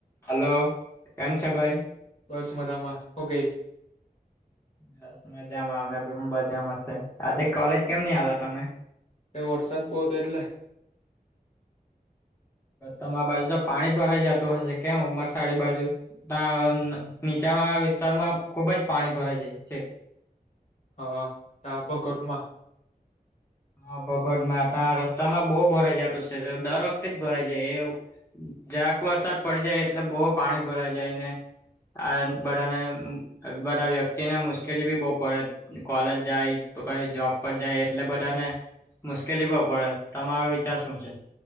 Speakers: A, on the left (about 15°); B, on the left (about 45°).
A: હાલો, કેમ છે ભાઈ?
B: બસ મજામાં, હું કેય?
A: બસ મજામાં અમે મજામાંશે. આજે કોલેજ કેમ ની આવેલા તમે?
B: એ વરસાદ બો હતો એટલે.
A: તમારા બાજુ તો પાણી ભરાઈ જતું હશે, કેમ ઉંમરસાડી બાજુ? <unintelligible>
B: હમ
A: નીચાણ વાળા વિસ્તારમાં ખુબજ પાણી ભરાઈ જાય છે.
B: હા, તા બગટમાં.
A: હા, ભગોડમાં ત્યા રસ્તામાં બો ભરાઈ જતું છે, દર વખતે જ ભરાઈ જાય એવ. જરાક વરસાદ પડી જાય એટલે બો પાણી ભરાઈ જાયને. આ બધાને બધા વ્યક્તિને મુશ્કેલી બી બો પડે. કોલેજ જાય તો પછી જોબ પર જાય એટલે બધ બધાને મુશ્કેલી બો પડે, તમારો વિચાર શું છે?